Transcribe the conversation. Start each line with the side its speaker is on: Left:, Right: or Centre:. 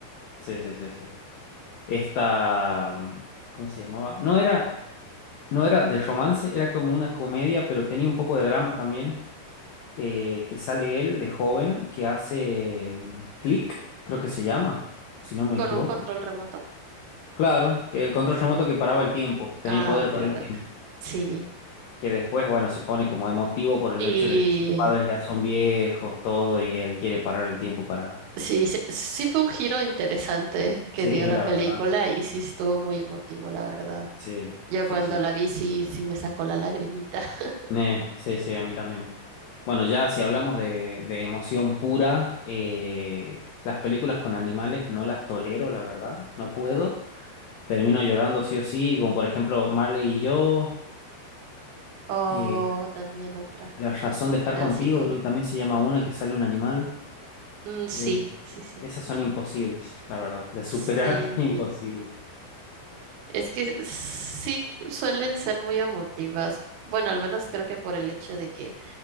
Left: sí, sí, sí, sí. Esta, mm, ¿cómo se llamaba? No era... no era de romance, era como una comedia, pero tenía un poco de drama también, eh, que sale él de joven, que hace mm, Click, creo que se llama, si no me
Right: ¿Con
Left: equivoco.
Right: un control remoto?
Left: Claro, que el control
Right: Sí.
Left: remoto que paraba el tiempo, tenía
Right: Ah,
Left: el poder de
Right: claro.
Left: parar el tiempo,
Right: Sí.
Left: que después, bueno, se pone como emotivo por el
Right: Sí,
Left: hecho de que sus padres ya son viejos, todo, y él quiere parar el tiempo para... <laughs>
Right: sí, sí, sí fue un giro interesante que
Left: Sí,
Right: dio la
Left: la
Right: película
Left: verdad.
Right: y sí estuvo muy emotivo, la verdad.
Left: Sí,
Right: Yo
Left: sí,
Right: cuando
Left: sí.
Right: la vi sí, sí me sacó la lagrimita. <laughs>
Left: Ne, sí, sí, a mí también. Bueno, ya si hablamos de, de emoción pura, eh, las películas con animales no las tolero, la verdad, no puedo. Termino llorando sí o sí, como por ejemplo Marley y yo,
Right: Oh,
Left: eh,
Right: también otra,
Left: La razón
Right: un
Left: de estar
Right: clásico.
Left: contigo, creo que también se llama una que sale un animal.
Right: Mm, sí,
Left: Eh,
Right: sí, sí.
Left: esas son imposibles, la verdad, de superar,
Right: Sí.
Left: <laughs> imposibles.
Right: Es que sí suelen ser muy emotivas. Bueno, al menos creo que por el hecho de que